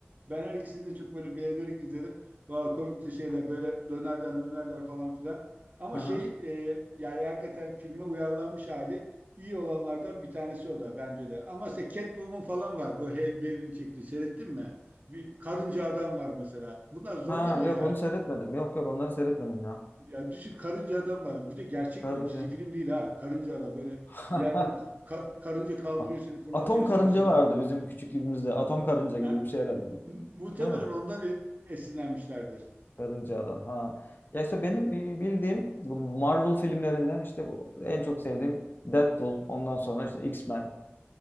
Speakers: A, on the right; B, on the left.
A: Ben her ikisini de çok böyle beğenerek izlerim. Valla komikti şeyler böyle dönerler mönerler falan filan. Ama
B: Aha.
A: şey e, yani hakikaten filme uyarlanmış hali iyi olanlardan bir tanesi o da bence de. Ama işte Catwoman falan var. Bu Halle Berry'nin çektiği. Seyrettin mi? Bir karınca adam var mesela. Bunlar zorlama
B: Ha yok
A: ya.
B: onu seyretmedim. Yok yok onları seyretmedim ya.
A: Ya düşün karınca adam var. Bir de gerçek
B: Karınca.
A: film. Çizgi film değil ha. Karınca adam böyle
B: <laughs>
A: yerden k- ka- karınca kaldırıyor
B: At-
A: seni fırlatıyor
B: Atom karınca
A: sağa sola
B: vardı
A: falan.
B: bizim küçüklüğümüzde. Atom karınca
A: Ha,
B: gibi bir şey herhalde bu.
A: mu- muhtemelen
B: Değil mi?
A: ondan e- esinlenmişlerdir.
B: Karınca Adam. Ha. Ya işte benim bi- bildiğim bu Marvel filmlerinden işte bu en çok sevdiğim Deadpool. Ondan sonra işte X-Men.